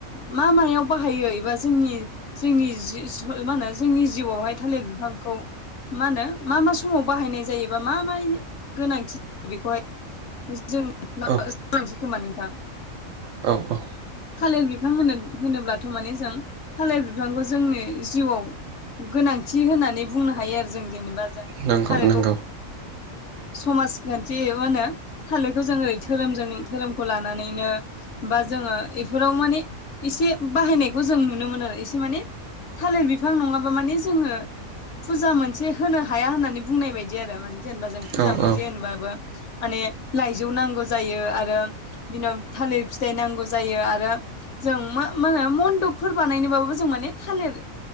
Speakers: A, on the left; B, on the right.
A: मा मायाव बाहायो एबा जोंनि जोंनि जि मा होनो जोंनि जिउआवहाय थालिर बिफांखौ मा होनो मा मा समाव बाहायनाय जायोबा मा मा गोनांथि जायो बेखौहाय जों
B: औ
A: ससै खोमा नोंथां
B: औ औ
A: थालिर बिफां होनो होनोब्लाथ' माने जों थालिर बिफांखौ जोंनि जिउआव गोनांथि होननानै बुंनो हायो आरो जों जेनेबा जों
B: नंगौ
A: थारैखौ
B: नंगौ
A: समाजखान्थि मा होनो थालिरखौ जों ओरै धोरोमजों धोरोमखौ लानानैनो बा जोङो बेफोराव माने एसे बाहायनायखौ जों नुनो मोनो आरो एसे माने थालिर बिफां नङाबा माने जोङो फुजा मोनसे होनो हाया होननानै बुंनाय बायदि आरो मान जेनेबा जों फुजा
B: औ
A: मोनसे
B: औ
A: होनोबाबो माने लाइजौ नांगौ जायो आरो बिनाव थालिर फिथाइ नांगौ ज जायो आरो जों मा होनो मन्दपफोर बानायनोबाबो जों माने थालिर